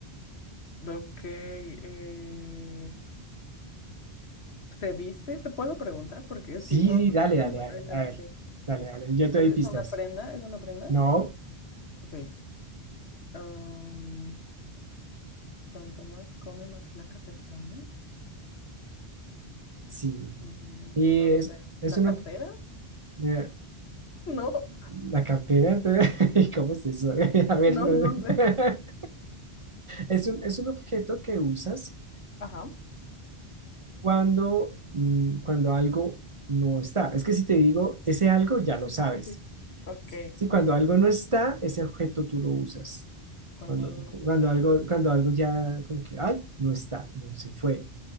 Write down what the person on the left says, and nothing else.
Ok, eh, ¿se viste? ¿Te puedo preguntar? Porque
si no,
no
tengo
la menor
idea.
Okay.
¿Es,
es
una prenda? ¿Es una prenda?
Ok. am, cuanto más come, más flaca se pone.
Mm,
No lo
sé.
¿La
cartera?
<laughs> No,
no,
no sé.
Ajá.
Sí,
sí,
sí, sí, sí. Ok,
a ver.
Cuando
algo no
está.